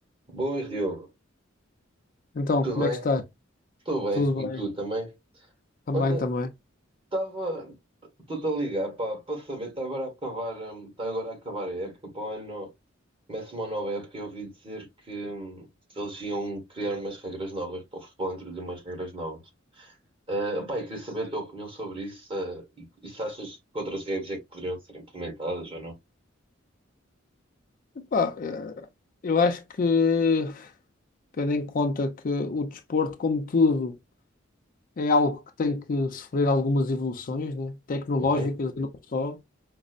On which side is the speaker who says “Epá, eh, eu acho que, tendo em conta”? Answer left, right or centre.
Left